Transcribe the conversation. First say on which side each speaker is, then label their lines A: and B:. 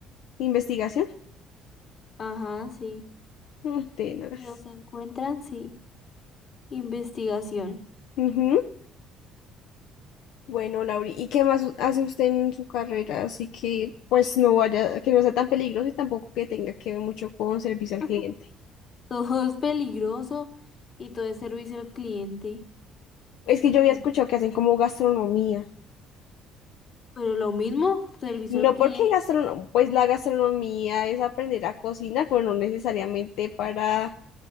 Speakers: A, on the left; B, on the left.
A: ¿Investigación? <laughs>
B: Ajá, sí.
A: Mm, tenaz.
B: Si los encuentran, sí. Investigación.
A: Ujú. Bueno, Lauri, ¿y qué más hace usted en su carrera? Así que, pues, no vaya, que no sea tan peligroso y tampoco que tenga que ver mucho con servicio al
B: <laughs>
A: cliente.
B: Todo es peligroso y todo es servicio al cliente,
A: Es que yo había
B: literal.
A: escuchado que hacen como gastronomía.
B: Pero lo mismo, servicio
A: No
B: al cliente,
A: porque gastrono- pues la gastronomía es aprender a cocinar, pero no necesariamente para